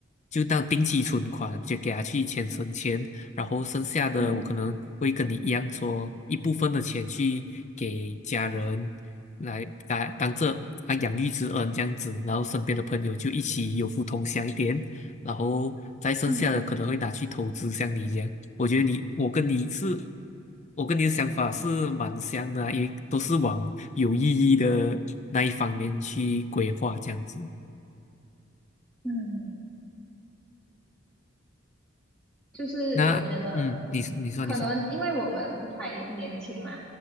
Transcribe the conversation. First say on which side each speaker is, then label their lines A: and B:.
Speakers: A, on the left; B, on the left.
A: 就当定期存款，就给他去钱生钱，然后剩下的我可能会跟你一样说，
B: 嗯
A: 一部分的钱去给家人来当当这啊养育之恩这样子，然后身边的朋友就一起有福同享一点，然后再剩下的可能会拿去投资，
B: 嗯
A: 像你一样。我觉得你，我跟你是，我跟你的想法是蛮像的也都是往有意义的那一方面去规划这样子。
B: 嗯，就是我觉得
A: 那，嗯，你你说你说，
B: 可能因为我们还年轻嘛，